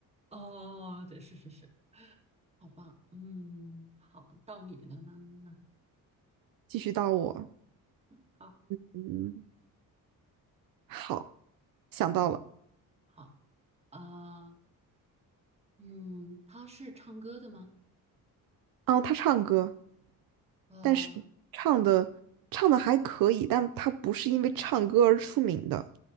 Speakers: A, on the right (about 20°); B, on the right (about 70°).
A: 哦，对，是是是，好吧，嗯，好，到你了，那那
B: 继续到我，
A: 好，
B: 嗯，好，想到了，
A: 嗯，好，呃，嗯，他是唱歌的吗？
B: 嗯，他唱歌，
A: 呃，
B: 但是唱的唱的还可以，但他不是因为唱歌而出名的，